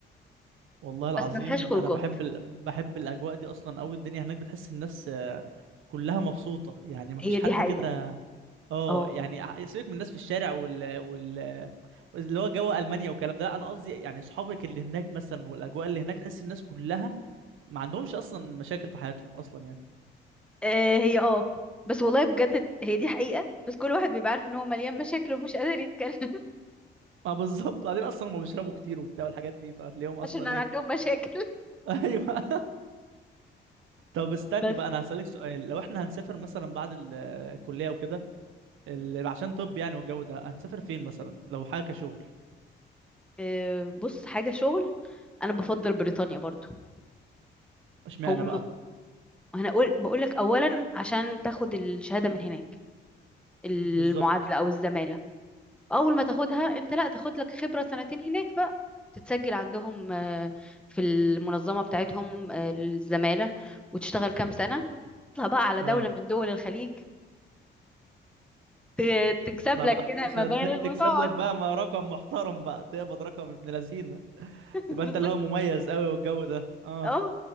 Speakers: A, on the right; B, in the centre.
A: والله العظيم
B: بس ما فيهاش خروجات
A: انا بحب ال... بحب الاجواء دي اصلا قوي الدنيا هناك بتحس الناس آه، كلها مبسوطه يعني ما
B: هي
A: فيش حد
B: دي حقيقة
A: كده اه
B: اه
A: يعني ع- سيبك من الناس في الشارع وال... وال... اللي هو جو المانيا والكلام ده لا انا قصدي يعني اصحابك اللي هناك مثلا والاجواء اللي هناك تحس الناس كلها ما عندهمش اصلا مشاكل في حياتهم اصلا يعني
B: آه هي اه بس والله بجد هي دي حقيقة بس كل واحد بيبقى عارف ان هو مليان مشاكل ومش قادر يتكلم <laughs>
A: ما بالظبط بعدين اصلا هم بيشربوا كتير وبتاع الحاجات دي فهتلاقيهم اصلا
B: عشان عندهم
A: ايه
B: مشاكل
A: <laughs> ايوه طب استني
B: بس
A: بقى انا هسألك سؤال لو احنا هنسافر مثلا بعد ال- الكلية وكده ال- عشان طب يعني والجو ده هنسافر فين مثلا لو حاجة كشغل
B: آه بص حاجة شغل انا بفضل بريطانيا برضو
A: اشمعنى
B: هم
A: بقى
B: انا اقول بقول لك اولا عشان تاخد الشهادة من هناك المعادلة
A: بالظبط
B: او الزمالة اول ما تاخدها انت لا تاخد لك خبرة سنتين هناك بقى تتسجل عندهم آه، في المنظمة بتاعتهم آه، الزمالة وتشتغل كام سنة تطلع بقى على
A: اه
B: دولة من دول الخليج ت- تكسب
A: تطلع
B: لك
A: بقى
B: كده
A: يا باشا
B: مبالغ
A: ت- تكسب
B: وتقعد
A: لك بقى ما رقم محترم بقى تقبض رقم ابن لذينه
B: <laughs> بالظبط
A: تبقى انت اللي هو مميز قوي والجو ده اه
B: اه